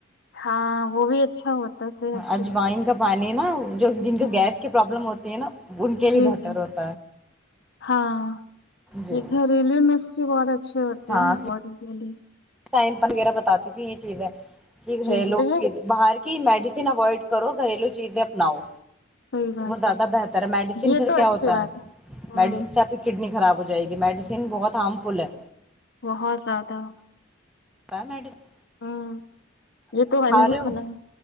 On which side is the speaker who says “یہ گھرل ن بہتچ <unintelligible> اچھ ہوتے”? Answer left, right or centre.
Left